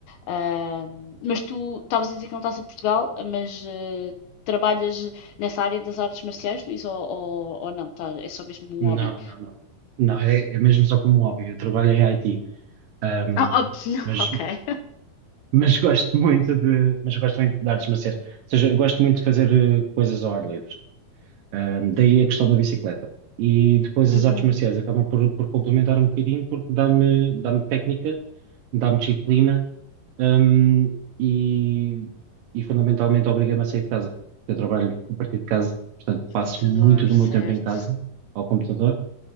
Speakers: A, on the left; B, on the right.
A: Ah, mas tu estavas a dizer que não estás em Portugal, mas eh, trabalhas nessa área das artes marciais, Luís, ou, ou, ou não? Tá, é só mesmo um
B: Não,
A: hobby?
B: não, não. Não, é, é mesmo só como hobby. Eu trabalho em IT, ahm,
A: Ah, ops, <laughs> não,
B: mas,
A: ok.
B: mas gosto muito de, mas gosto muito de artes marciais. Ou seja, eu gosto muito de fazer eh, coisas ao ar livre. Ahm, daí a questão da bicicleta. E depois as
A: Uhum,
B: artes marciais acabam por, por complementar um bocadinho porque dá-me dá-me técnica dá-me disciplina, hum, e, e fundamentalmente obriga-me a sair de casa. porque Eu trabalho a partir de casa, portanto passo
A: computador,
B: muito do
A: certo.
B: meu tempo em casa, ao computador,